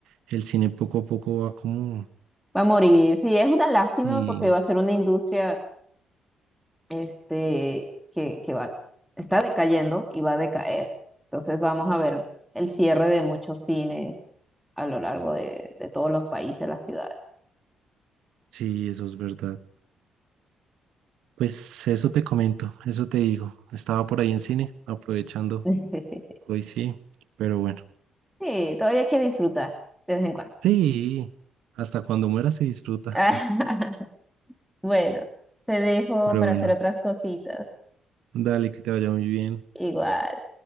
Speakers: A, on the right; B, in the centre.
A: el cine poco a poco va como,
B: Va a morir, sí, es una lástima
A: sí,
B: porque va a ser una industria este, que, que va, está decayendo y va a decaer. Entonces vamos a ver el cierre de muchos cines a lo largo de, de todos los países, las ciudades.
A: sí, eso es verdad. Pues eso te comento, eso te digo. Estaba por ahí en cine, aprovechando.
B: <laughs>
A: Hoy sí, pero bueno.
B: Sí, todavía hay que disfrutar de vez en cuando.
A: Sí, hasta cuando muera se disfruta.
B: <laughs> Bueno, te dejo
A: Pero
B: para
A: bueno,
B: hacer otras cositas.
A: dale, que te vaya muy bien.
B: Igual.